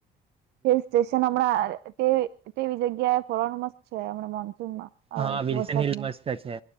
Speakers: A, on the right; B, on the right.
A: હિલ સ્ટેશન હમણાં તેવી તેવી જગ્યા એ ફરવાનું મસ્ત છે હમણા મોનસૂનમાં.
B: હા વિલ્સન
A: વરસાદમાં
B: હિલ મસ્ત છે.